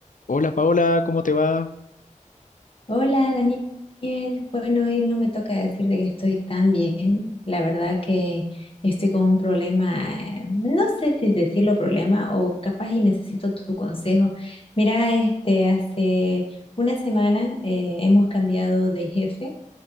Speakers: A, on the left; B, on the left.
A: Hola Paola, ¿cómo te va?
B: Hola Daniel, bueno, hoy no me toca decir de que estoy tan bien. La verdad que estoy con un problema, eh, no sé si decirlo problema o capaz y necesito tu consejo. Mira, este, hace una semana eh, hemos cambiado de jefe